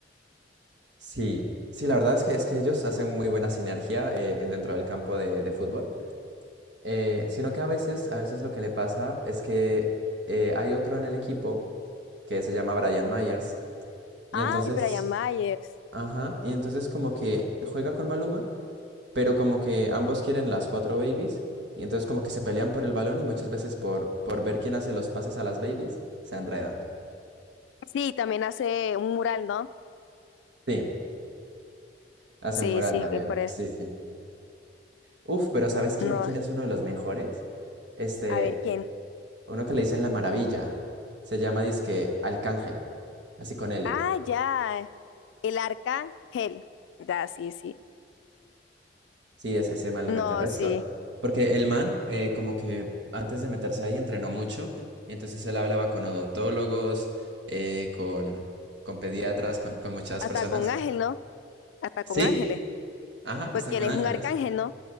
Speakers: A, on the right; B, on the left.
A: sí. Sí, la verdad es que, es que ellos hacen muy buena sinergia eh, dentro del campo de de fútbol. Eh, sino que a veces, a veces lo que le pasa es que eh, hay otro en el equipo que se llama Brian Myers. Y
B: Ay,
A: entonces,
B: Brian Myers.
A: ajá, y entonces como que juega con Maluma, pero como que ambos quieren las cuatro babies. Y entonces como que se pelean por el balón y muchas veces por, por ver quién hace los pases a las babies, se enredan.
B: Sí, también hace un mural, ¿no?
A: Sí, hacen
B: Sí,
A: moral
B: sí,
A: también.
B: es por eso.
A: Sí, sí. Uf, pero ¿sabes quién,
B: No,
A: quién es uno de los mejores? Este,
B: a ver quién.
A: uno que le dicen La Maravilla. Se llama dizque Alcángel, así con L.
B: Ah, ya. El arcángel. Ya, sí, sí.
A: Sí, es, ese man le mete
B: No,
A: resto.
B: sí.
A: Porque el man, eh, como que antes de meterse ahí, entrenó mucho. Y entonces él hablaba con odontólogos, eh, con, con pediatras, con, con muchas
B: Hasta
A: personas.
B: con ángel, ¿no? Hasta
A: Sí,
B: con ángeles.
A: ajá,
B: Porque
A: hasta con
B: él es
A: ángeles.
B: un arcángel, ¿no?